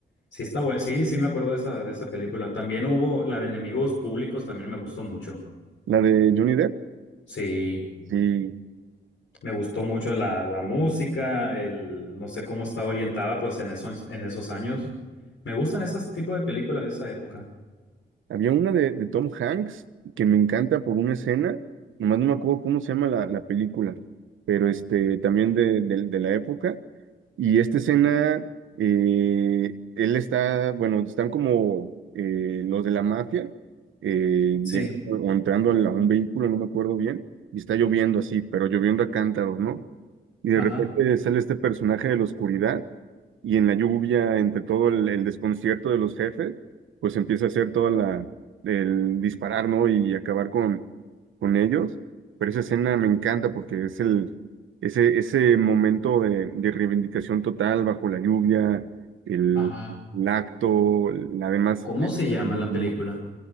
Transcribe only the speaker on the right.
La de Johnny Depp,
sí,
Había una de, de Tom Hanks que me encanta por una escena, nomás no me acuerdo cómo se llama la, la película, pero este, también de, de- de la época. Y esta escena, eh, él está, bueno, están como eh, los de la mafia, eh,
llegando o entrando a, la- a un vehículo, no me acuerdo bien, y está lloviendo así, pero lloviendo a cántaros, ¿no? Y de
repente sale este personaje de la oscuridad y en la lluvia, entre todo el, el desconcierto de los jefes pues empieza a hacer toda la, el disparar, ¿no? Y acabar con, con ellos. Pero esa escena me encanta porque es el, ese, ese momento de, de reivindicación total bajo la lluvia, el,
el acto, la demás,
no,